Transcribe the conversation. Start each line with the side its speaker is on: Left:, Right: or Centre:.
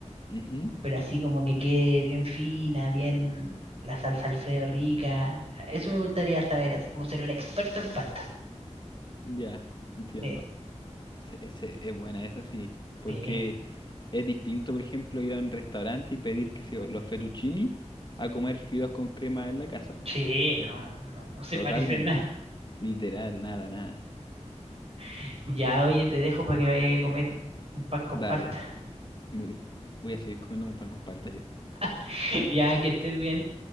Left: Ujú,
Right: pero así como que quede bien fina, bien la salsa Alfredo rica. Eso me gustaría saber, así como ser un experto en pasta.
Left: Ya, entiendo.
Right: Sí,
Left: Se- se- es buena esa sí, porque
Right: sí,
Left: es distinto, por ejemplo, ir a un restaurante y pedir, que sé yo, los fettuccini a comer fideos con crema en la casa. po.
Right: sí, no, no, no se
Left: Totalmente.
Right: parece en nada.
Left: Literal, nada, nada.
Right: <laughs> ya, oye, te dejo para que vayas a comer un pan con
Left: Dale.
Right: palta.
Left: Me- Voy a seguir comiendo un pan con palta yo.
Right: <laughs> Ya, que estés bien.